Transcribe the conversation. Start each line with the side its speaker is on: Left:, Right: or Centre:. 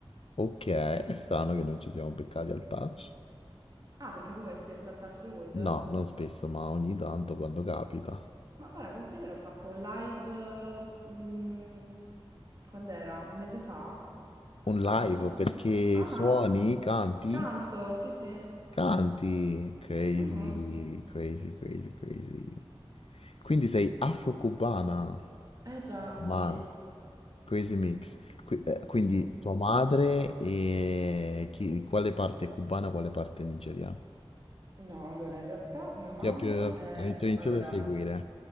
Left: Ok, è strano che non ci siamo beccati al touch.
Right: Ah, perché tu vai spesso al touch the wood?
Left: No, non spesso, ma ogni tanto quando capita.
Right: Ma guarda, considera, ho fatto un live, eh, mh, quando era? Un mese fa? Al
Left: Un
Right: touch?
Left: live perché
Right: Ah,
Left: suoni,
Right: ah,
Left: canti?
Right: canto, sì, sì.
Left: Canti, crazy,
Right: Mhm.
Left: crazy, crazy, crazy. Quindi sei afro-cubana,
Right: Eh già, sì.
Left: ma crazy mix. Qui- eh, quindi tua madre e chi- quale parte è cubana, quale parte è nigeriana?
Right: No, allora, in realtà mia mamma
Left: Ti ho più-
Right: è...
Left: hai iniziato
Right: Allora,
Left: a seguire.